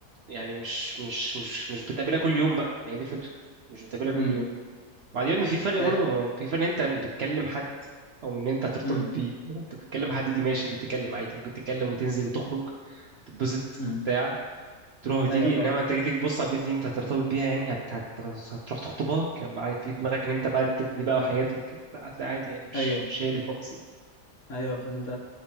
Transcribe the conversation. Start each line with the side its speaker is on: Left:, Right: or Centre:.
Right: يعني مش مش مش مش بتقابلها كل يوم بقى ما هي دي الفكرة مش بتقابلها كل
Left: امم
Right: يوم بعدين في فرق
Left: ايوه
Right: برضه ما هو في فرق إن انت بتكلم حد او ان انت هترتبط
Left: امم
Right: بيه لو انت بتكلم حد دي ماشي ممكن تتكلم عادي ممكن تتكلم وتنزل وتخرج تتبسط
Left: امم
Right: بتاع تروح وتيجي
Left: ايوه فاهم
Right: انما انت جيت تبص على البنت دي انت هترتبط بيها يعني هت... هت... هتروح تخطبها كان معايا في دماغك ان انت بقى تبني بقى حاجات وك... لا هتلاقي عادي يعني مش
Left: ايوه
Right: مش هي دي خالص يعني
Left: ايوه فانت